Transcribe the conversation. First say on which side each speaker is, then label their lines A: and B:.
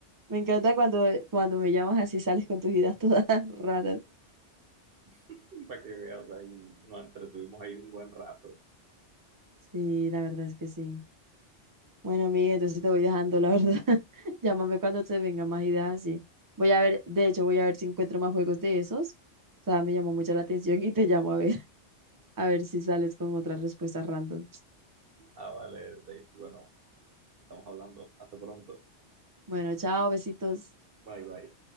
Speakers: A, on the right; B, on the right.
A: Me encanta cuando, cuando me llamas así, sales con tus ideas todas <laughs> raras.
B: <laughs> Para que veas, ahí nos entretuvimos ahí un buen rato.
A: Sí, la verdad es que sí. Bueno, Miguel, entonces te voy dejando, la verdad. <laughs> Llámame cuando te vengan más ideas así. Voy a ver, de hecho, voy a ver si encuentro más juegos de esos. O sea, me llamó mucho la atención y te llamo a ver, <laughs> a ver si sales con otras respuestas random.
B: Ah, vale, Daisy. Bueno, estamos hablando. Hasta pronto.
A: Bueno, chao, besitos.
B: Bye, bye.